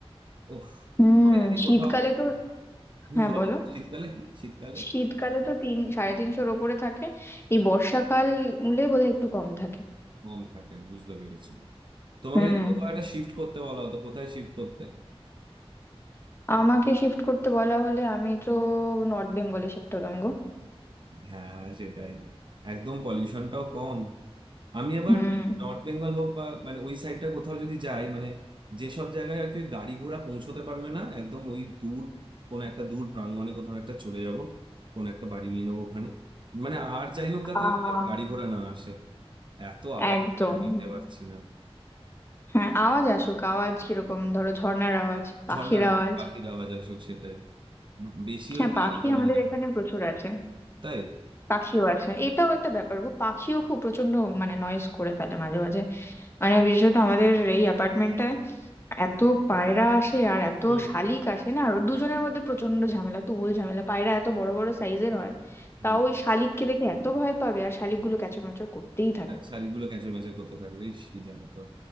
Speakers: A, on the right; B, on the left.
A: ওহ
B: হুম
A: ওকে যদি
B: শীতকালে
A: কোথাও
B: তো
A: হম
B: হ্যাঁ
A: বলো
B: বলো
A: শীতকালে কি শীতকালে
B: শীতকালে তো তিন সাড়ে তিনশোর ওপরে থাকে এই বর্ষাকালে বোধহয় একটু কম থাকে
A: কম থাকে বুঝতে পেরেছি তোমাকে
B: হুম
A: যদি কোথাও একটা শিফট করতে বলা হতো কোথায় শিফট করতে
B: আমাকে শিফট করতে বলা হলে আমি তো নর্থ বেঙ্গলে শিফট হতাম গো
A: হ্যাঁ সেটাই একদম পলিউশনটাও কম আমি আবার
B: হুম
A: মানে নর্থ বেঙ্গল হোক বা মানে ওই সাইডটা কোথাও যদি যাই মানে যেসব জায়গায় আর কি ওই গাড়ি ঘোড়া পৌঁছতে পারবে না একদম ওই দূর কোন একটা দূর প্রাঙ্গণে কোথাও একটা চলে যাব কোন একটা বাড়ি নিয়ে নেবো ওখানে মানে আর যাই হোক যাতে
B: আহ
A: মানে গাড়ি ঘোড়া না আসে এত আওয়াজ
B: একদম
A: আমি আর নিতে পারছি না
B: হ্যাঁ আওয়াজ আসুক আওয়াজ কিরকম ধরো ঝর্ণার আওয়াজ পাখির
A: ঝর্ণার আওয়াজ
B: আওয়াজ
A: পাখির আওয়াজ আসুক সেটাই বেশি
B: হ্যাঁ
A: ওই গাড়ির
B: পাখি
A: আওয়াজ
B: আমাদের
A: না
B: এখানে
A: হয়।
B: প্রচুর আছে
A: তাই
B: পাখিও আছে এটাও একটা ব্যাপার গো পাখিও খুব প্রচন্ড মানে নয়েজ করে ফেলে মাঝে মাঝে মানে বিশেষত আমাদের এই অ্যাপার্টমেন্টটায় এত পায়রা আসে আর এত
A: হুম।
B: শালিক আসে না আর দুজনের মধ্যে প্রচন্ড ঝামেলা তুমুল ঝামেলা পায়রা এত বড় বড় সাইজের হয়
A: হম
B: তাও ওই শালিককে দেখে এত ভয় পাবে আর শালিকগুলো ক্যাচরমাচর করতেই থাকে
A: শাড়িগুলো ক্যাঁচড় ম্যাচড় করতে থাকবে ইস, কি জানো তো